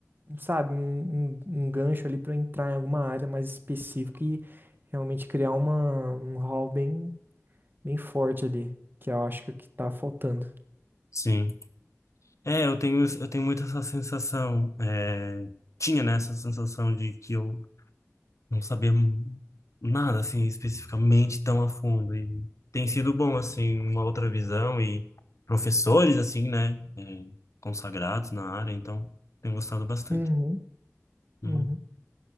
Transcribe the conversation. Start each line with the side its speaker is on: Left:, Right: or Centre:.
Right: sabe, um, um, um gancho ali pra entrar em alguma área mais específica e realmente criar uma, um hall bem, bem forte ali, que eu acho que é o que tá faltando.
Left: sim. É, eu tenho, eu tenho muito essa sensação. eh, tinha, né, essa sensação de que eu não saber nada assim especificamente tão a fundo e tem sido bom assim uma outra visão e professores assim né é, consagrados na área então tenho gostado bastante
Right: Uhum,
Left: Hum.
Right: uhum.